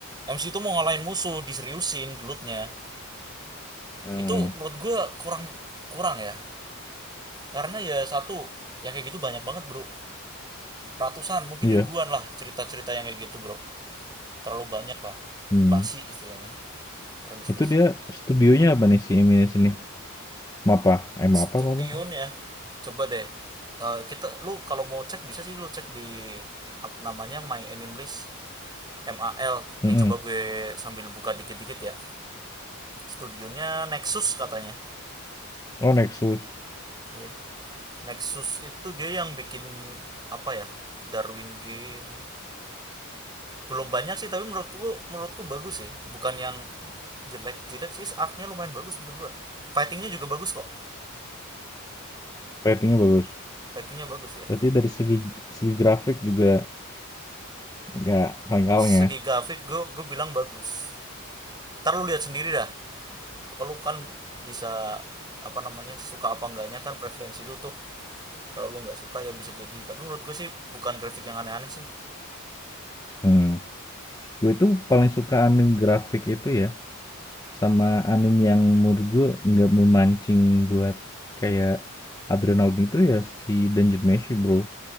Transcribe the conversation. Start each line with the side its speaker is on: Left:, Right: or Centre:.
Right: MC itu mau ngalahin musuh, diseriusin gelutnya.
Left: Hmm.
Right: Itu menurut gue kurang kurang ya. Karena ya satu, ya kayak gitu banyak banget, bro. Ratusan, mungkin
Left: Iya.
Right: ribuan lah cerita-cerita yang kayak gitu, bro. Terlalu banyak lah.
Left: Hmm.
Right: Basi istilahnya. Premis
Left: Itu
Right: basi.
Left: dia studionya apa nih si Eminis ini? Mapa, eh
Right: Studion
Left: Mapa apa apa?
Right: ya. Coba deh. eh, kita lu kalau mau cek bisa sih lu cek di ap- namanya My Anime List MAL. Ini
Left: Mm-mm.
Right: coba gue sambil buka dikit-dikit ya. Studionya Nexus katanya.
Left: Oh Nexus,
Right: Iya. Nexus itu dia yang bikin apa ya? Darwin Game. Belum banyak sih tapi menurutku menurutku bagus sih. Bukan yang jelek-jelek sih artnya lumayan bagus menurut gua. Fightingnya juga bagus kok.
Left: ratingnya bagus.
Right: Fightingnya bagus ya.
Left: Berarti dari segi segi grafik juga nggak kaleng-kaleng
Right: Segi
Left: ya.
Right: grafik gue gue bilang bagus ntar lu lihat sendiri dah kalau kan bisa apa namanya suka apa enggaknya kan preferensi lu tuh kalau lu nggak suka ya bisa jadi tapi menurut gue sih bukan grafik yang aneh-aneh sih
Left: Hmm. Gue itu paling suka anime grafik itu ya Sama anime yang menurut gue nggak memancing buat kayak adrenalin itu ya si Dungeon Meshi bro.